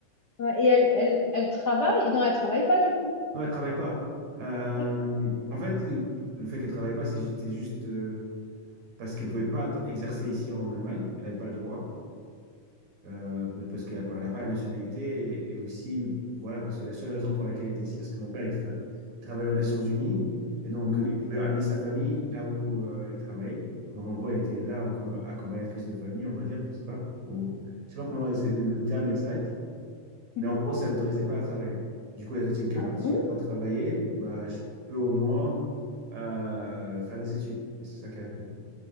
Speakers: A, on the left; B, on the right.
A: ouais, Et elle, elle, elle travaille? Non, elle travaille pas du coup.
B: Non, elle travaille pas. Euh,
A: D'accord.
B: en fait, le fait qu'elle travaille pas, c'est ju- c'était juste euh, parce qu'elle pouvait pas t- exercer ici en Allemagne. Elle n'avait pas le droit euh, parce qu'elle n'a a pas la nationalité et, et aussi voilà parce que la seule raison pour laquelle elle était ici, parce que mon père il tra- travaillait aux Nations Unies et donc
A: Mhm,
B: euh, il pouvait amener sa famille là où euh, il travaillait. Donc en gros, elle était là comme accompagnatrice de famille, on va dire, je sais pas, ou je sais pas comment est- le terme exact.
A: mhm.
B: Mais en gros, ça ne l'autorisait pas à travailler. Du coup, elle a dit, OK,
A: Ah
B: bah, si
A: bon?
B: je ne peux pas travailler, bah, je peux au moins euh, faire des études. Et c'est ça qu'elle a fait.